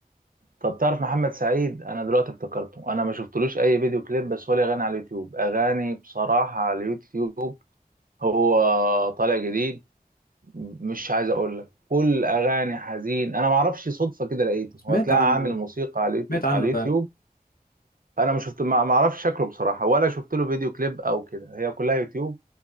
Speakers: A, on the right; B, on the left.
A: طب تعرف محمد سعيد انا دلوقتي افتكرته انا ما شفتلوش اي فيديو كليب بس هو ليه اغاني على اليوتيوب اغاني بصراحه على اليوتيوب هو طالع جديد مش عايز اقول لك كل اغاني حزين انا ما اعرفش صدفه كده لقيته
B: سمعت
A: هو تلاقي
B: عنه
A: عامل موسيقى على اليوت-
B: سمعت عنه
A: على اليوتيوب
B: فعلا
A: انا ما شفت ما ما اعرفش شكله بصراحه ولا شفت له فيديو كليب او كده هي كلها يوتيوب